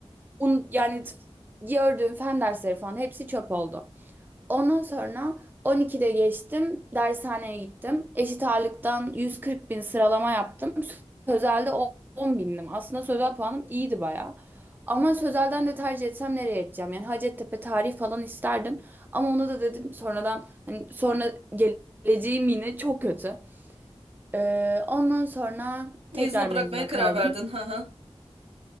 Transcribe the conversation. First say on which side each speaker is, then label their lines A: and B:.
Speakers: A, on the right; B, on the right.
A: un, yani t- gördüğüm fen dersleri falan hepsi çöp oldu. Ondan sonra 12'de geçtim, dershaneye gittim. Eşit ağırlıktan 140 bin sıralama yaptım. Sözelde 10 bindim. Aslında sözel puanım iyiydi bayağı. Ama sözelden de tercih etsem nereye edeceğim? Yani Hacettepe tarih falan isterdim. Ama ona da dedim sonradan hani sonra geleceğim yine çok kötü. Ee, ondan sonra
B: Mezuna
A: tekrar mezuna
B: bırakmaya karar
A: kaldım.
B: verdin. Hı hı.